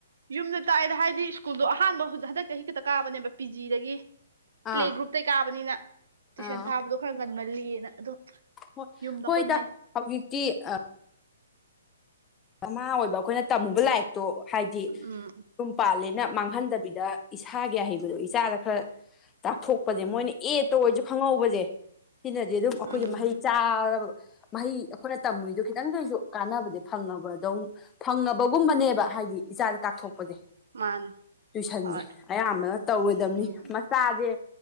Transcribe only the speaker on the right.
ꯌꯨꯝꯗ ꯇꯥꯛꯑ‌ꯦꯗ ꯍꯥꯏꯗꯤ ꯁ꯭ꯀꯨꯜꯗꯣ ꯑꯍꯥꯟꯕ ꯍꯟꯗꯛꯇ ꯆꯍꯤ ꯈꯛꯇ ꯀꯥꯕꯅꯦꯕ ꯄꯤ ꯖꯤꯗꯒꯤ ꯄ꯭ꯂꯦ
ꯒ꯭ꯔꯨꯞ ꯇꯩ ꯀꯥꯕꯅꯤꯅ ꯇꯨꯏꯁꯟ
ꯊꯥꯕꯗꯣ ꯈꯔ ꯉꯟꯃꯜꯂꯤꯌꯦꯅ ꯑꯗꯨꯝ
ꯌꯨꯝꯗ
ꯍꯣꯠꯅꯩ
ꯎꯝ
ꯎꯝ
ꯃꯥꯅꯤ
ꯍꯣꯏ
ꯎꯝ